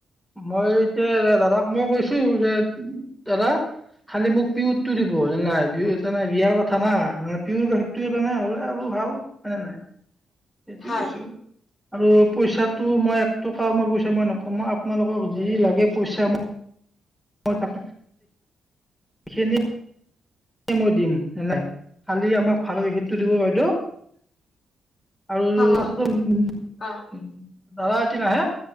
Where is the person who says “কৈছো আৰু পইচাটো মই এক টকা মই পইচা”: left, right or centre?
Centre